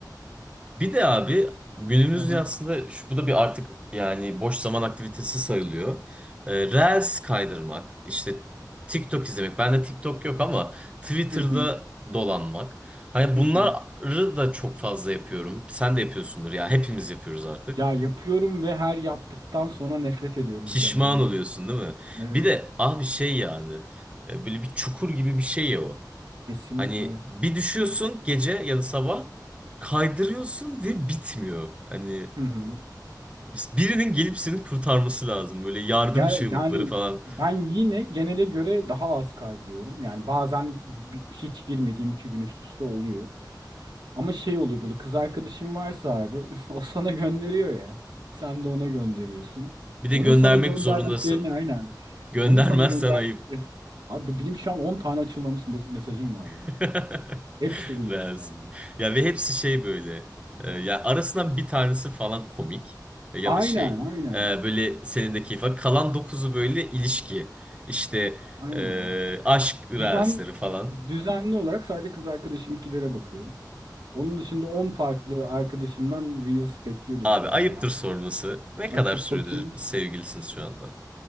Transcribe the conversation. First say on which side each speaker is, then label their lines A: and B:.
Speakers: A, on the right; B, on the right.
A: Bir de abi günümüzde
B: Hı hı.
A: aslında şu, bu da bir artık yani boş zaman aktivitesi sayılıyor. Ee, Reels kaydırmak, işte TikTok izlemek. Bende TikTok yok ama Twitter'da
B: Hı hı.
A: dolanmak. Hani
B: Hı
A: bunları
B: hı.
A: da çok fazla yapıyorum. Sen de yapıyorsundur ya. Hepimiz yapıyoruz artık.
B: Ya yapıyorum ve her yaptıktan sonra nefret ediyorum
A: Pişman
B: kendimden.
A: oluyorsun değil mi?
B: Evet.
A: Bir de abi şey yani e, böyle bir çukur gibi bir şey ya o.
B: Kesinlikle.
A: Hani bir düşüyorsun gece ya da sabah kaydırıyorsun ve bitmiyor. Hani
B: Hı hı.
A: Birinin gelip seni kurtarması lazım. Böyle yardım
B: Gel,
A: çığlıkları
B: yani
A: falan.
B: ben yine genele göre daha az kaydırıyorum. Yani bazen bi- hiç girmediğim iki gün üst üste oluyor. Ama şey oluyor böyle kız arkadaşım varsa abi <laughs> o sana gönderiyor ya. Sen de ona gönderiyorsun.
A: Bir de
B: Onun
A: göndermek
B: sana gönderdiklerini
A: zorundasın.
B: aynen.
A: Göndermezsen
B: Onun sana gönderdiklerini.
A: ayıp.
B: Abi benim şu an 10 tane açılmamış mes- mesajım var ya.
A: <laughs>
B: Hepsi Reels
A: Rez.
B: yani.
A: Ya ve hepsi şey böyle. e, ya arasından bir tanesi falan komik e, ya
B: Aynen
A: da şey.
B: aynen.
A: e, böyle senin de keyif. var. Kalan dokuzu böyle ilişki. İşte
B: Aynen.
A: e, aşk reelsleri
B: Düzen
A: falan.
B: düzenli olarak sadece kız arkadaşımkilere bakıyorum. Onun dışında 10 farklı arkadaşımdan Reels bekliyordur
A: Abi
B: şu
A: ayıptır
B: an yani.
A: sorması. Ne
B: Açıp
A: kadar süredir
B: bakayım.
A: sevgilisiniz şu anda?